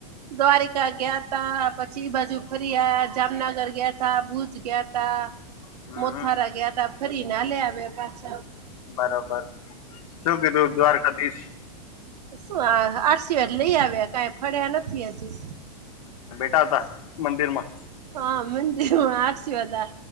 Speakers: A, on the right; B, on the left.
A: દ્વારિકા ગ્યાતા પછી એ બાજુ ફર્યા જામનગર ગ્યાતા ભુજ ગ્યાતા
B: હમ
A: મોથારા ગ્યાતા ફરી ને હાલે આવે પાછા
B: બરોબર શું કીધું દ્વારકાધીશ
A: શું આહ આરસિવાદ લઈ આવ્યા કા, પડ્યા નથી, અજી
B: તાતા મંદિર માં
A: હા, મંદિર માં આસીવાદા